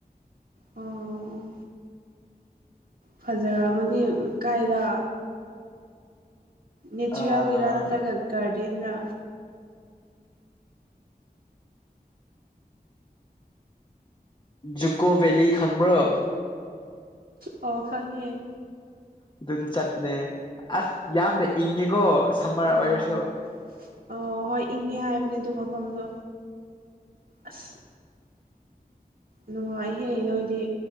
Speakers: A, on the right (about 75°); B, on the left (about 30°).
A: ꯑꯣ ꯐꯖꯕꯅꯤ ꯎꯝ ꯀꯥꯏꯗ ꯅꯦꯆꯔꯦꯜꯒꯤꯔ
B: ꯑꯥ
A: ꯅꯠꯇ꯭ꯔꯒ ꯒꯥꯔꯗꯦꯟꯔꯥ
B: ꯖꯨꯀꯣ ꯕꯦꯂꯤ ꯈꯪꯕ꯭ꯔꯣ
A: ꯑꯣ ꯈꯪꯉꯦ
B: ꯑꯗꯨꯗ ꯆꯠꯄꯅꯦ ꯑꯁ ꯌꯥꯝꯅ ꯏꯪꯉꯦꯀꯣ ꯁꯝꯃꯔ
A: ꯑꯥ
B: ꯑꯣꯏꯔꯁꯨ
A: ꯑꯣ ꯍꯣꯏ ꯏꯪꯉꯦ ꯍꯥꯏꯕꯅꯦ ꯑꯗꯨ ꯃꯐꯝꯗꯣ ꯑꯁ ꯅꯨꯡꯉꯥꯏꯍꯦ ꯅꯣꯏꯗꯤ